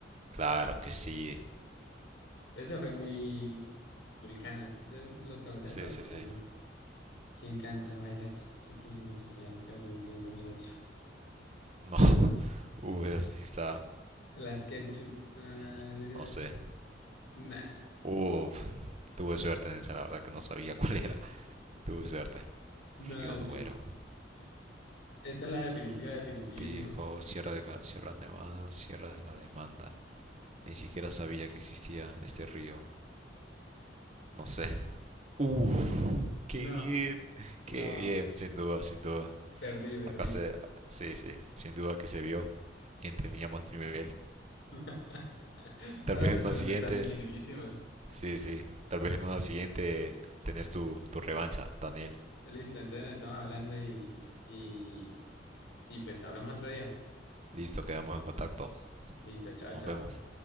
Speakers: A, on the right (about 40°); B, on the left (about 75°).
A: Claro que sí.
B: eso fue muy vulcana. Yo los conocía
A: Sí,
B: a todos,
A: sí,
B: pero
A: sí.
B: no. ¿Quién canta, baila, chiqui chiqui en el Festival Eurovisión dos mil ocho.
A: No. <laughs> Uh, esa sí está.
B: Las ketchup. ah,
A: mm,
B: dirías,
A: No sé.
B: nah,
A: Uf, tuve suerte en esa, la verdad que no sabía cuál era. <laughs> Tuve suerte.
B: no,
A: Río Duero.
B: sí. Esta es la definitiva,
A: Mm,
B: definitivísima.
A: Pico, Sierra de, Ca- Sierra de Más, Sierra de la Demanda. Ni siquiera sabía que existía este río. No sé. Uf, qué
B: No,
A: bien. Qué
B: no,
A: bien, sin duda, sin duda.
B: perdí, perdí.
A: Acá se. Sí, sí, sin duda que se vio quién tenía más nivel.
B: <laughs> No,
A: Tal vez
B: estas
A: en una
B: preguntas
A: siguiente
B: están dificilísimas.
A: Sí, sí. Tal vez en una siguiente tenés tu, tu revancha, Daniel.
B: Listo, entonces nos estamos hablando y, y, y pues hablamos otro día.
A: Listo, quedamos en contacto.
B: Listo, chao,
A: Nos
B: chao.
A: vemos.